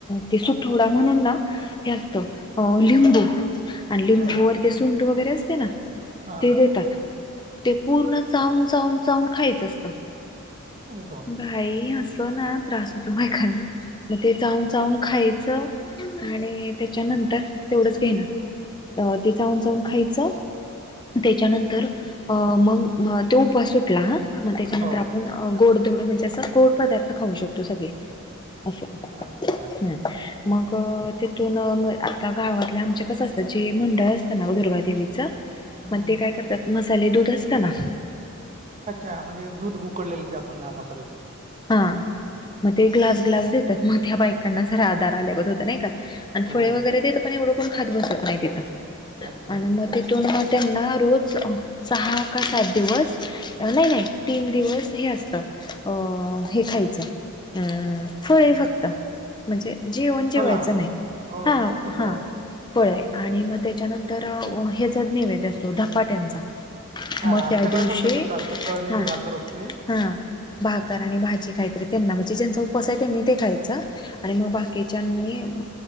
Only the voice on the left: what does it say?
ते सुठोडा म्हणून ना हे असत अ लिंबू आणि लिंबूवर
ते सुंट वगैरे असते ना
ते देतात. ते पूर्ण चावून चावून चावून खायचं असत
बाई अस. ना त्रास होतो बायकांना मग ते चाहून चाहून खायचं. आणि त्याच्यानंतर तेवढंच घेण ते चाऊन चाऊन खायचं. त्याच्यानंतर अ मग तो उपवास सुटला. मग त्याच्यानंतर
आपण गोडधोड म्हणजे असं गोड पदार्थ खाऊ शकतो सगळे. असं
हम्. मग तिथून आता गावातल्या आमच्या कसं असतं जे मंडळ असतं ना दुर्गादेवीचं
मग ते काय करतात मसाले दूध असत ना.
हा मग ते ग्लास ग्लास देतात मग त्या बायकांना जरा आधार आल्यागत होता नाही का. आणि
फळे वगैरे द पण एवढकून खात बसत नाही तिथ
मग तिथून त्यांना रोज सहा का सात दिवस नाही नाही तीन दिवस हे असतं. अ हे खायचं अम फळे फक्त म्हणजे. जेवण जेवायचं
नाही
हा
हा.
फळ आहे आणि मग त्याच्यानंतर ह्याचाच नैवेद असतो धपाट्यांचा.
मोठ्या
दिवशी
हा
हा बाग. आणि भाजी त्यांना म्हणजे ज्यांचा उपवास आहे त्यांनी ते खायच आणि मग बाकीच्यानी.